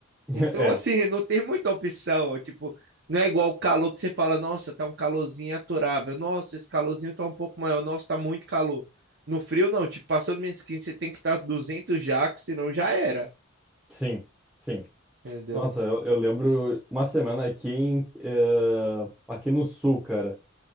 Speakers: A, in the centre; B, on the right (about 55°).
A: <laughs>
B: Então,
A: É,
B: assim, <laughs> não tem muita opção. Tipo, não é igual o calor que você fala, nossa, tá um calorzinho aturável. Nossa, esse calorzinho tá um pouco maior. Nossa, tá muito calor. No frio, não. Tipo, passou do menos 15 você tem que estar duzentos jacos, senão já era.
A: sim, sim.
B: Entendeu?
A: Nossa, eu, eu lembro uma semana aqui em, eh, aqui no sul, cara.